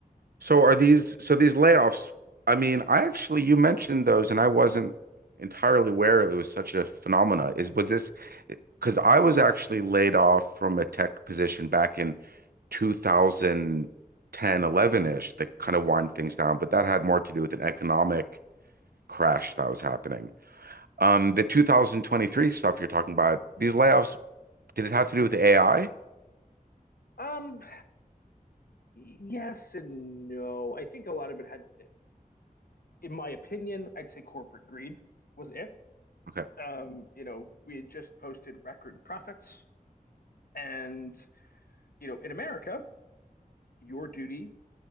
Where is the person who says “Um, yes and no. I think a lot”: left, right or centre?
Left